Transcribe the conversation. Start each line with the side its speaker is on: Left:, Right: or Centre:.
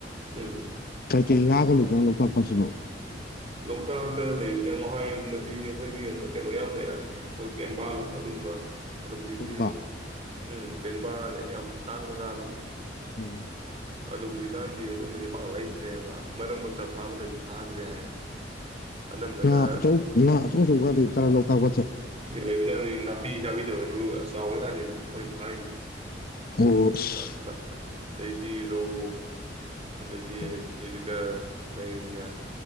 Right: ꯎꯝ
Left: ꯀꯩ ꯉꯥꯒ ꯂꯩꯇꯣꯏꯅꯣ ꯂꯣꯛꯇꯥꯛꯄꯁꯤꯕ
Right: ꯂꯣꯛꯇꯥꯛꯇ ꯂꯩꯕꯁꯦ ꯃꯍꯥꯏꯒꯨꯝꯕꯗꯤ ꯑꯩꯈꯣꯏꯒꯤ ꯀꯩꯅꯣ ꯌꯥꯝ ꯂꯩꯔꯝꯃꯦ ꯑꯩꯈꯣꯏ ꯀꯦꯡꯕꯥꯒꯨꯝꯕ ꯑꯗꯨꯒꯕ ꯑꯈꯖꯤꯇ
Left: ꯄꯦꯡꯕꯥ
Right: ꯎꯝ ꯄꯦꯡꯕꯥꯜ ꯌꯥꯝ ꯇꯥꯡ ꯃꯉꯥꯅꯣ
Left: ꯑ
Right: ꯑꯗꯣ ꯍꯧꯖꯤꯛꯀꯥꯟꯗꯤ ꯑꯗꯨꯝꯕꯁꯦ ꯄꯥꯛꯂ ꯂꯩꯇ꯭ꯔꯦꯕ ꯃꯔꯛ ꯃꯔꯛꯇ ꯐꯥꯕꯗꯗꯤ ꯐꯥꯗ꯭ꯔꯦ ꯍꯥꯏꯌꯦꯕ ꯑꯅꯝꯕꯅ
Left: ꯎ ꯉ ꯑꯆꯧ ꯉꯥ ꯑꯆꯧ ꯑꯆꯧꯕ ꯂꯩ ꯆꯔꯥ ꯂꯣꯛꯇꯥꯛꯄꯠꯁꯦ
Right: ꯂꯩꯕꯖꯥꯠꯅꯤ ꯅꯥꯄꯤ ꯆꯕꯤꯗꯁꯨ ꯑꯁ ꯆꯥꯎꯔ꯭ꯔ ꯆꯥꯟꯅꯤꯅꯣꯏ
Left: ꯑꯣ ꯑꯁ
Right: ꯅꯥꯛ ꯅꯥꯛ ꯂꯩꯗꯤꯔꯣ ꯑꯗꯗꯤ
Left: ꯍꯣꯏ
Right: ꯃꯤꯅꯀ ꯂꯩꯔꯤꯖ